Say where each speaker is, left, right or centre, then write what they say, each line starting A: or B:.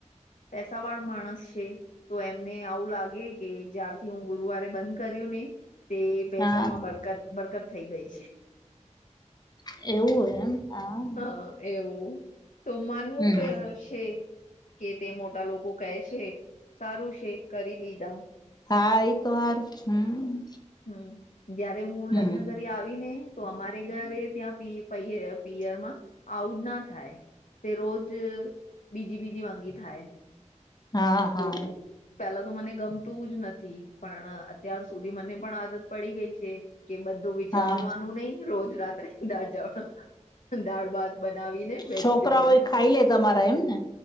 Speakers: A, on the left; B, on the left.
A: પેસા વાળ માણસ છે તો એમને આવું લાગ કેકે જ્યારથી હું ગુરુવારે બંધ કર્યું નઈ તે પૈસામાં
B: હા
A: બરકત બરકત થઈ ગઈ છે
B: એવું હોય એમ
A: હા એવું તો માનવું
B: હમ.
A: ક છે કે તે મોટા લોકો કે છે સારું છે કરી લીધા
B: હા ઈ તો હારું હમ
A: હમ જયારે હું લગ્ન
B: હમ.
A: કર આવી ને તો અમારે ઘરે ત્યાં પિયરમાં આવું જ ના થાય. તે રોજ બીજી બીજી વાંગી થાય.
B: હા હા
A: તો પેલા તો મને ગમતું જ નથી. પણ અત્યાર સુધી મને. પણ આદત પડી ગઈ છે. કે બધું વિચારવાનું
B: હા
A: નહી રોજ રાત. દાળ જવાનું દાળ ભાત બનાવીને, બેસી
B: છોકરાઓ
A: જવાનું.
B: એ ખાઈ લે તમારા એમને